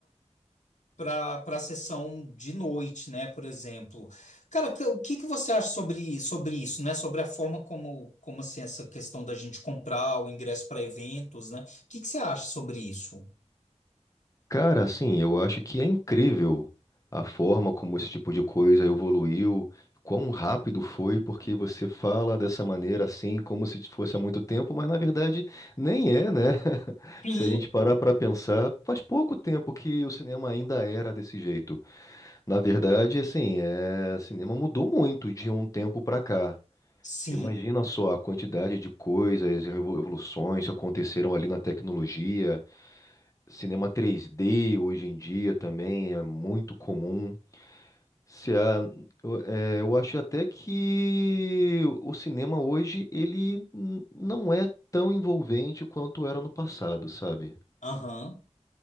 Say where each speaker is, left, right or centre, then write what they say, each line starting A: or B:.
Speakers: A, on the left; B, on the left.
A: para para sessão de noite, né, por exemplo. Cara, que- o que que você acha sobre sobre isso, né? Sobre a forma como como assim essa questão da gente comprar o ingresso para eventos, né? O que que você acha sobre isso?
B: Cara, assim, eu acho que é incrível a forma como esse tipo de coisa evoluiu, quão rápido foi, porque você fala dessa maneira assim, como se fosse há muito tempo, mas na verdade nem é, né? <laughs>
A: Sim.
B: Se a gente parar para pensar, faz pouco tempo que o cinema ainda era desse jeito. Na verdade, assim, é, o cinema mudou muito de um tempo para cá.
A: Sim,
B: Imagina só a quantidade de coisas, e revoluções que aconteceram ali na tecnologia. Cinema 3D hoje em dia também é muito comum. Se a- eu, é, eu acho até que o cinema hoje ele n- não é tão envolvente quanto era no passado, sabe?
A: aham.